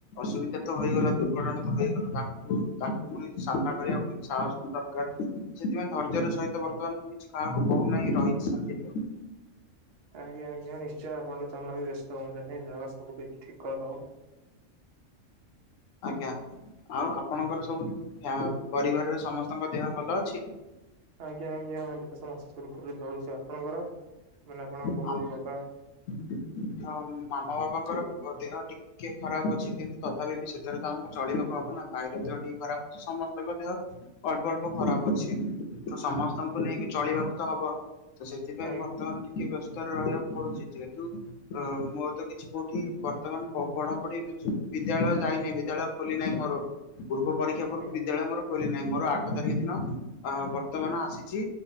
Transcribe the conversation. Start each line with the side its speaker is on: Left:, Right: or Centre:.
Left: ଅସୁବିଧା ତ ହେଇଗଲା, ଦୁର୍ଘଟଣା ତ ହେଇଗଲା, ତାଙ୍କୁ ତାଙ୍କୁ ପୁଣି ସାମ୍ନା କରିବାକୁ ସାହସ ଦରକାର କି? ସେଥିପାଇଁ ଧୈର୍ଯ୍ୟର ସହିତ ବର୍ତ୍ତମାନ କିଛି କାହାକୁ କହୁନାହିଁ, ରହିଛି ଶାନ୍ତିରେହ
Right: ଆଜ୍ଞା, ଆଜ୍ଞା। ନି ଆପଣ ତମେ ବି ବ୍ୟସ୍ତ ହୁଅନ୍ତୁ ନି, ଜଗା ସବୁ କିଛି ଠିକ କରିଦବ।
Left: ଆଜ୍ଞା, ଆଉ ଆପଣଙ୍କର ସବୁ ପରିବାରରେ ସମସ୍ତଙ୍କ ଦେହ ଭଲ ଅଛି?
Right: ଆଜ୍ଞା, ଆଜ୍ଞା, ଏ ତ ସମସ୍ତେ ସୁରୁଖୁରୁରେ ଚଳୁଛୁ ଆପଣଙ୍କର? ମାନେ ଆପଣଙ୍କ
Left: ମାମା
Right: ବୋଉ ବାବା
Left: ବାପା ତାଙ୍କର ଦେହ ଟିକେ ଖରାପ ଅଛି କିନ୍ତୁ ତଥାପି ବି ସେଥିରେ ତ ଆମକୁ ଚଳିବାକୁ ହବ ନା, ଭାଇର ଦେହ ଟିକେ ଖରାପ ସମସ୍ତଙ୍କ ଦେହ ଅଳ୍ପ ଅଳ୍ପ ଖରାପ ଅଛି। ତ ସମସ୍ତଙ୍କୁ ନେଇକି ଚଳିବାକୁ ତ ହବ ତ ସେଥିପାଇଁ
Right: ଆଜ୍ଞା
Left: ବର୍ତ୍ତମାନ ବ୍ୟସ୍ତାରେ ରହିବାକୁ ପଡୁଛି, ଯେହେତୁ ଅ ମୋର ତ କିଛି କୋଉଠି ବର୍ତ୍ତମାନ ପଢାପଢି, ବିଦ୍ୟାଳୟ ଯାଇନହିଁ ବିଦ୍ୟାଳୟ ଖୋଲି ନାହିଁ ମୋର। ପୂର୍ବ ପରୀକ୍ଷା ପରଠୁ
Right: ଆଜ୍ଞା
Left: ବିଦ୍ୟାଳୟ ମର ଖୋଲି ନାହିଁ, ମୋର ଆଠ ତାରିଖ ଦିନ ଅ ବର୍ତ୍ତମାନ ଆସିଛି